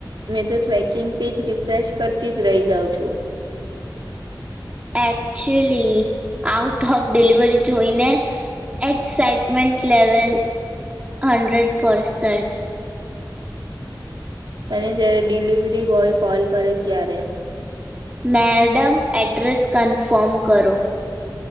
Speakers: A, on the right; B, on the right.
A: મેં તો ટ્રેકિંગ પેજ રિફ્રેશ કરતી જ રહી જાઉં છું.
B: એકચુલી આઉટ ઓફ ડિલિવરી જોઈને એક્સાઈટમેન્ટ લેવલ હન્ડ્રેડ પરસેન્ટ.
A: અને જયારે ડિલિવરી બોય કોલ કરે ત્યારે
B: મેડમ એડ્રેસ કન્ફર્મ કરો.